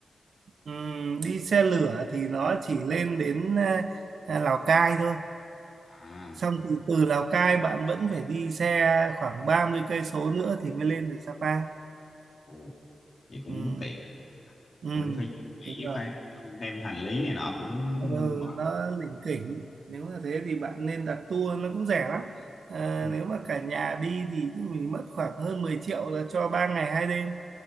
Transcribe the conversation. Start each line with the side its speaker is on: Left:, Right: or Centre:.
Right: Ừ. Ừm, đi xe lửa thì nó chỉ lên đến à, à, Lào Cai thôi
Left: à
Right: xong từ từ Lào Cai bạn vẫn phải đi xe khoảng 30 cây số nữa thì mới lên được Sapa
Left: ồ, vậy cũng
Right: Ừm,
Left: bất tiện
Right: ừm,
Left: cũng phải nghĩ
Right: đúng rồi
Left: phải thêm hành lý này nọ cũng
Right: ừ,
Left: mệt
Right: nó lỉnh kỉnh nếu mà thế thì bạn nên đặt tour nó cũng rẻ lắm à,
Left: ừ.
Right: nếu mà cả nhà đi thì mình mất khoảng hơn 10 triệu là cho ba ngày hai đêm